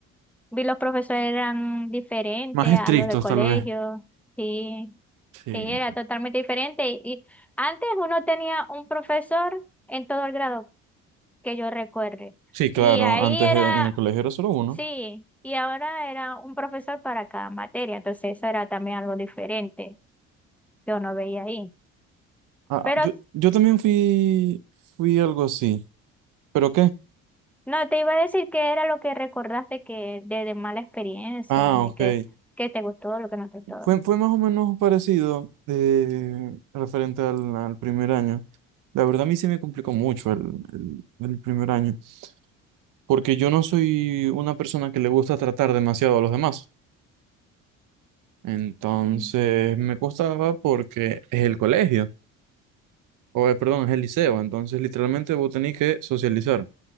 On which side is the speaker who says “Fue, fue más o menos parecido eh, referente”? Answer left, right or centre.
Right